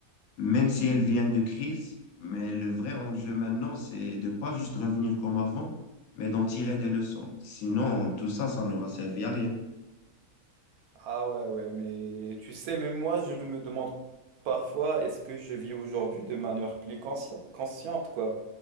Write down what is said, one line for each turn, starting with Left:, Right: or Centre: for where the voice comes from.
Left: même si elles viennent de crise. Mais le vrai enjeu maintenant, c'est de pas juste revenir comme avant, mais d'en tirer des leçons. Sinon, tout ça, ça n'aura servi à rien.
Right: Ah ouais, ouais, mais tu sais, même moi, je me demande parfois, est-ce que je vis aujourd'hui de manière plus consci- consciente, quoi?